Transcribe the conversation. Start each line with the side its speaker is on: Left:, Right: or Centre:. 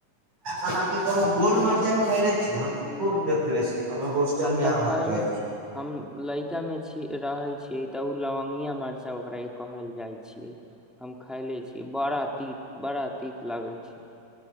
Right: अहाॅं के कोनो गोल मरिचा खेनेे छी हम खूब देखले छी हमर होस्टल
Centre: हम
Right: मे
Centre: तऽ
Right: आबत
Centre: खैले
Right: रहै छी
Centre: हम लडका मे रहे छी तऽ ओ लौंगिया मरचा ओकरा कहल जाइ छियै हम खायले छीय बड़ा तीत बड़ा तीत लगे छै